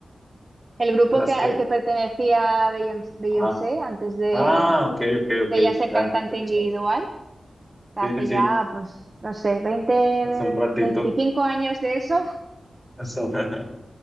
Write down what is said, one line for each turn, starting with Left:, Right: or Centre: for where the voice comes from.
Right: el grupo
Centre: ¿Las
Right: que, al
Centre: qué?
Right: que pertenecía Beyoncé, Beyoncé
Centre: Ah,
Right: antes de,
Centre: ah, ok, ok, ok.
Right: de ya ser
Centre: Ya,
Right: cantante
Centre: ya, ya,
Right: individual.
Centre: ya.
Right: O sea,
Centre: Sí,
Right: hace
Centre: sí, sí.
Right: ya, pues, no sé, 20
Centre: Hace un ratito.
Right: 25 años de eso.
Centre: Hace un- <laughs>